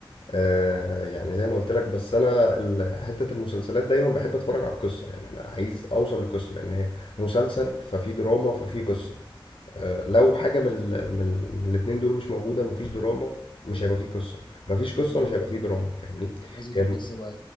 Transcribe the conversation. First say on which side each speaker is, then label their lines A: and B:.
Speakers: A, on the left (about 85°); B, on the left (about 60°).
A: أه يعني زي ما قلت لك بس انا ال- حتة المسلسلات دايما بحب اتفرج على القصة يعني انا عايز اوصل للقصة لان هي مسلسل ففي دراما ففي قصة آه، لو حاجه من ال... من, ال... من الاتنين دول مش موجوده مفيش دراما مش هيبقى فيه قصه مفيش
B: طب
A: قصه
B: بمناسبة
A: مش هيبقى فيه دراما فاهمني
B: بمناسبة
A: يعني
B: القصة بقى